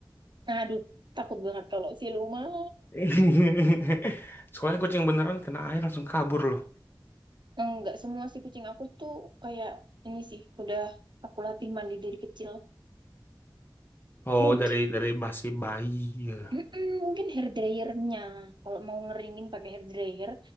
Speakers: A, on the right; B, on the left.
A: Aduh, takut banget kalau siluman.
B: <laughs> Soalnya kucing beneran kena air langsung kabur loh.
A: Enggak, semua sih kucing aku tuh kayak ini sih, udah aku latih mandi dari kecil.
B: Oh
A: Mungkin,
B: dari dari basi bayi. ya.
A: mm-mm, mungkin hair dryernya. Kalau mau ngeringin pakai hair dryer,